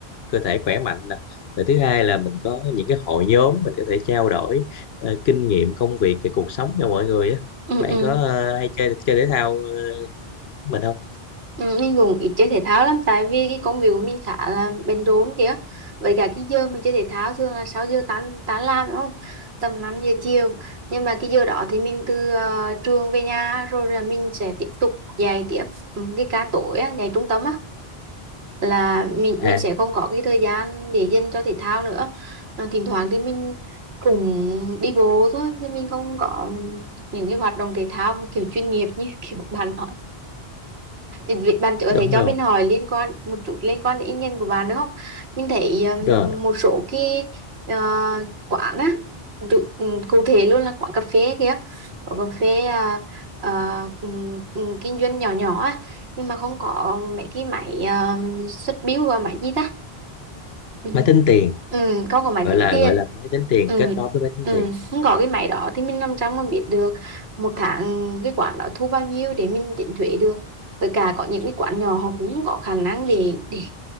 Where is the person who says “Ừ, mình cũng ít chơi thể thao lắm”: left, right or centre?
Right